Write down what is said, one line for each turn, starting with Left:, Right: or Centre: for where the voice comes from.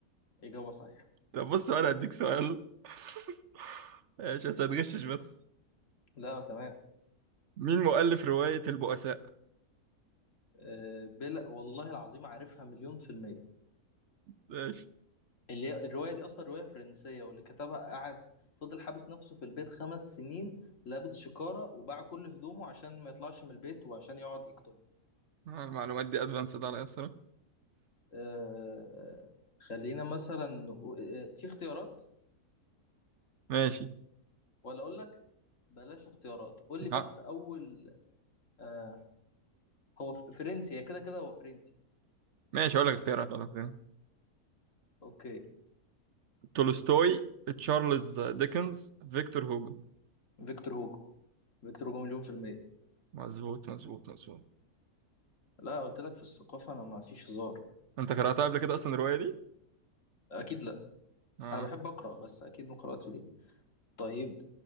Left: إجابة صحيحة
Right: طب بص انا هديك سؤال <laughs> ماشي بس هتغشش بس
Left: لا تمام
Right: مين مؤلف رواية البؤساء؟
Left: آه، بلا والله العظيم عارفها مليون في المية
Right: ماشي
Left: اللي هي الرواية دي أصلا رواية فرنسية واللي كتبها قعد فضل حابس نفسه في البيت خمس سنين لابس شكارة وباع كل هدومه عشان ما يطلعش من البيت وعشان يقعد يكتبها
Right: آه، المعلومات دي ادفانسد على الصراحة
Left: أه خلينا مثلا نقو- آه، في اختيارات
Right: ماشي
Left: ولا أقول لك بلاش اختيارات قول لي بس
Right: آه،
Left: أول أه هو ف- فرنسي هي كده كده هو فرنسي
Right: ماشي اقول لك اختيارات
Left: بس
Right: اقول لك اختيارات
Left: أوكي
Right: تولستوي تشارلز ديكنز فيكتور هوجو
Left: فيكتور هوجو فيكتور هوجو مليون في المية
Right: مظبوط مظبوط مظبوط
Left: لا قلت لك في الثقافة أنا ما فيش هزار
Right: انت قرأتها قبل كده اصلا الرواية دي؟
Left: أكيد لا
Right: اه
Left: أنا بحب أقرأ بس أكيد ما قرأتش دي طيب